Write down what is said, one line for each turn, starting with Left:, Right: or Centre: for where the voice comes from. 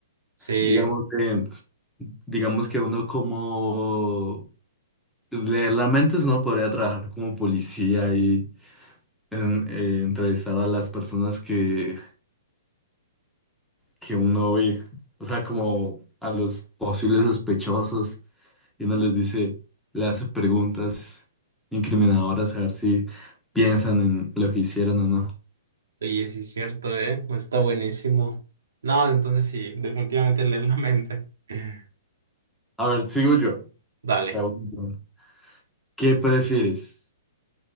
Right: Sí,
Centre: Digamos,
Right: sí,
Centre: eh, digamos que uno como leer la mente, uno podría trabajar como policía y en- eh, entrevistar a las personas que, que uno ve, o sea, como a los posibles sospechosos y uno les dice, le hace preguntas incriminadoras a ver si piensan en lo que hicieron o no.
Right: oye, sí es cierto, ¿eh? Pues Está buenísimo. No, entonces sí, definitivamente <laughs> leer la mente. <laughs>
Centre: A ver, sigo yo.
Right: Dale.
Centre: Te hago una pregunta. ¿Qué prefieres?